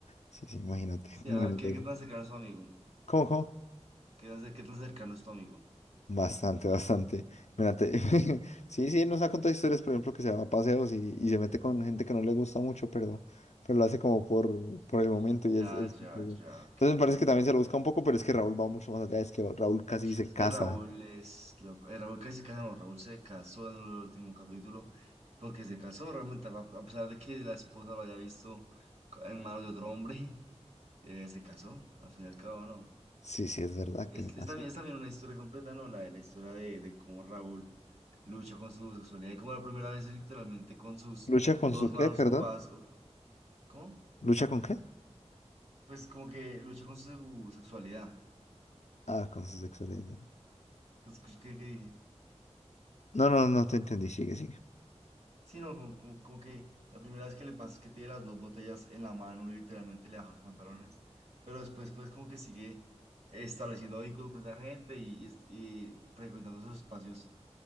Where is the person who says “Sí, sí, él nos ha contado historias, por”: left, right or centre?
Left